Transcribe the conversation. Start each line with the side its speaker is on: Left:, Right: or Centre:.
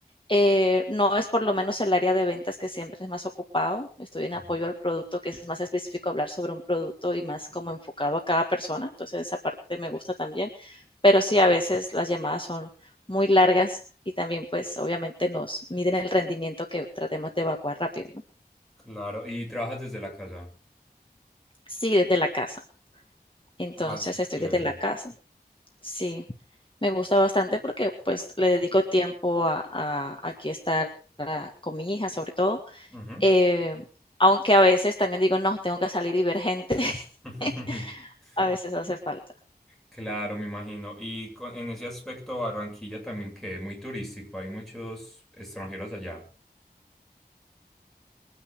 Left: eh, no es por lo menos el área de ventas que siempre es más ocupado. Estoy en
Centre: Ujú.
Left: apoyo al producto, que es más específico hablar sobre un producto y más como enfocado a cada persona. Entonces, esa parte me gusta también. Pero sí, a veces las llamadas son muy largas y también, pues, obviamente nos miden el rendimiento que tratemos de evacuar rápido, ¿no?
Centre: Claro, y trabajas desde la casa.
Left: Sí, desde la casa. Entonces,
Centre: Ah, eso es
Left: estoy
Centre: chévere.
Left: desde la casa. Sí, me gusta bastante porque pues le dedico tiempo a, a- aquí estar ah, con mi hija sobre todo,
Centre: Ujú.
Left: eh, aunque a veces también digo, no, tengo que salir y ver gente, <laughs>
Centre: <laughs>
Left: a veces hace falta.
Centre: Claro, me imagino. Y con- en ese aspecto, Barranquilla también que muy turístico, hay muchos extranjeros allá.